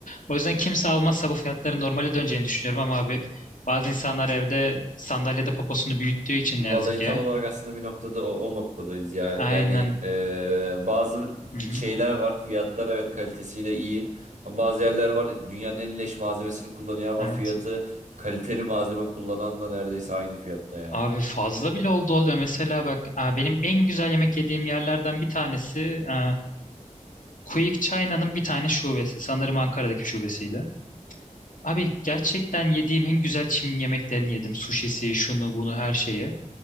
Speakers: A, on the left; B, on the right.
A: O yüzden kimse almazsa bu fiyatların normale döneceğini düşünüyorum ama abi bazı insanlar evde sandalyede poposunu büyüttüğü için
B: Vallahi
A: ne yazık ki.
B: tam olarak aslında bir noktada o, o noktadayız ya.
A: Aynen.
B: Yani eee, bazı
A: Hı-hı.
B: şeyler var. Fiyatlar evet kalitesiyle iyi. Ama Bazı yerler var dünyanın en leş malzemesini kullanıyor ama
A: Evet.
B: fiyatı kaliteli malzeme kullanan da neredeyse aynı fiyatta ya.
A: Abi fazla bile oldu oluyor. Mesela bak e, benim en güzel yemek yediğim yerlerden bir tanesi e, Quick China'nın bir tane şubesi. Sanırım Ankara'daki şubesiydi. Abi gerçekten yediğim en güzel Çin yemeklerini yedim. Sushisi, şunu bunu her şeyi.